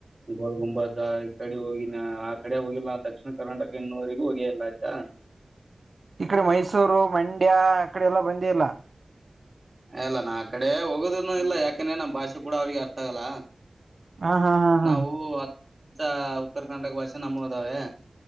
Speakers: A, on the right (about 35°); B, on the right (about 60°).
A: ಗೋಲ್ ಗುಂಬಸ ಈ ಕಡೆ ಹೋಗಿನ ಆ ಕಡೆ ಹೋಗಿಲ್ಲ ದಕ್ಷಿಣ ಕರ್ನಾಟಕ ಇನ್ನುವರಿಗೂ ಹೋಗೇಯಿಲ್ಲ ಆತಾ.
B: ಈ ಕಡೆ ಮೈಸೂರು ಮಂಡ್ಯ ಅಕಡೆ ಎಲ್ಲಾ ಬಂದೇ ಇಲ್ಲ.
A: ಎ ಇಲ್ಲ ನಾ ಆ ಕಡೆ ಹೋಗುದುನು ಇಲ್ಲ ಯಾಕಂದೆ ನಮ್ಮ್ ಭಾಷೆ ಕೂಡ ಅವ್ರಿಗೆ ಅರ್ಥ ಆಗಲ್ಲ.
B: ಹ ಹಾ ಹಾ ಹಾ
A: ನಾವು ಹಚ್ಚ ಉತ್ತರ ಕರ್ನಾಟಕ ಭಾಷೆ ನಮ್ಮೋವದಾವೆ.